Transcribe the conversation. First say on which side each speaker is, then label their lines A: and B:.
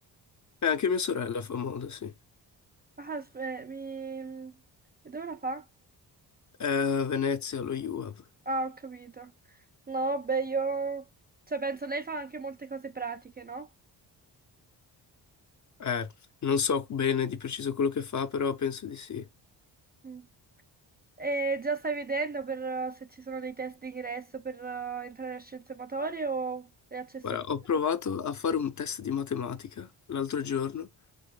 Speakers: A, on the left (about 40°); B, on the right (about 20°).
A: E anche mia sorella fa moda, sì.
B: Ah, s- eh, mi... E dove la fa?
A: Eh, Venezia, lo UAV.
B: Ah, ho capito. No, beh, io... Cioè, penso lei fa anche molte cose pratiche, no?
A: Eh, non so bene di preciso quello che fa, però penso di sì.
B: Mm. E già stai vedendo per, eh, se ci sono dei test d'ingresso per eh, entrare a scienze motorie o è accesso
A: Guarda,
B: di...
A: ho provato a fare un test di matematica l'altro giorno,